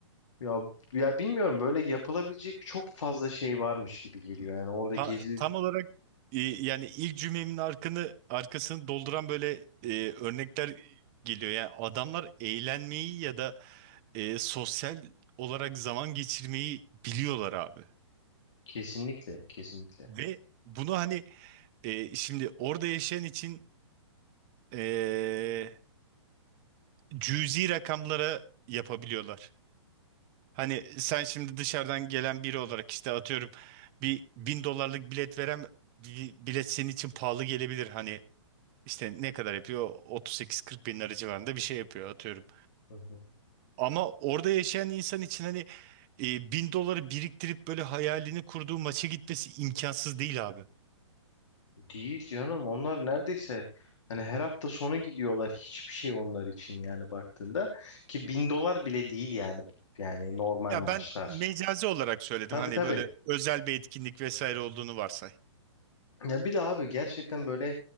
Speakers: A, on the left (about 70°); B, on the right (about 30°).
A: Ya ya bilmiyorum böyle yapılabilecek çok fazla şey varmış gibi geliyor. Yani orada
B: Ta-
A: gezilip
B: tam olarak e, yani ilk cümlemin arkını, arkasını dolduran böyle e, örnekler geliyor. Yani adamlar eğlenmeyi ya da e, sosyal olarak zaman geçirmeyi biliyorlar abi.
A: kesinlikle kesinlikle.
B: Ve bunu hani e, şimdi orada yaşayan için e, cüzi rakamlara yapabiliyorlar. Hani sen şimdi dışarıdan gelen biri olarak işte atıyorum bir bin dolarlık bilet veren bir bilet senin için pahalı gelebilir. Hani işte ne kadar yapıyor? 38-40 bin lira civarında bir şey yapıyor atıyorum.
A: Hı hı.
B: Ama orada yaşayan insan için hani e, bin doları biriktirip böyle hayalini kurduğu maça gitmesi imkansız değil abi.
A: Değil canım onlar neredeyse hani her hafta sonu gidiyorlar hiçbir şey onlar için yani baktığında ki bin dolar bile değil yani yani normal
B: Ya
A: maçlar.
B: ben mecazi olarak söyledim
A: Tabii
B: hani
A: tabii
B: böyle özel bir etkinlik vesaire olduğunu varsay.
A: ya bir de abi gerçekten böyle